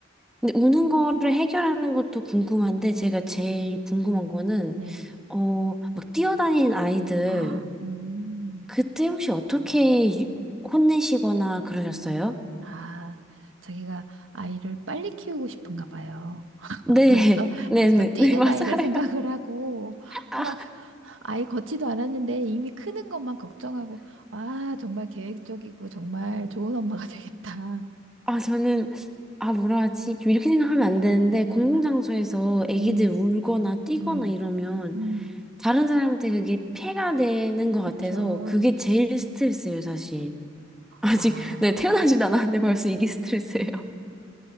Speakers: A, in the centre; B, on the right (about 80°).
A: 근데 우는 거를 해결하는 것도 궁금한데, 제가 제일 궁금한 거는,
B: 네.
A: 어, 막 뛰어다니는 아이들,
B: 아, 음.
A: 그때 혹시 어떻게 유- 혼내시거나 그러셨어요?
B: 아, 자기가 아이를 빨리 키우고 싶은가 봐요. <laughs>
A: 네, <laughs>
B: 벌써,
A: 네네,
B: 벌써 뛰는
A: 네, 맞아요.
B: 아이를 생각을 하고,
A: 아,
B: 막, 아이 걷지도 않았는데 이미 크는 것만 걱정하고, 아, 정말 계획적이고, 정말 좋은 엄마가 되겠다.
A: 아, 저는, 아, 뭐라 하지? 좀 이렇게 생각하면 안 되는데, 공공장소에서
B: 아,
A: 애기들
B: 음,
A: 울거나 뛰거나
B: 음,
A: 이러면,
B: 음,
A: 다른 사람한테 그게 폐가 되는 것
B: 그쵸.
A: 같아서, 그게 제일 스트레스예요, 사실. <laughs> 아직,
B: 아.
A: 네, 태어나지도 않았는데 벌써 이게 스트레스예요. <laughs>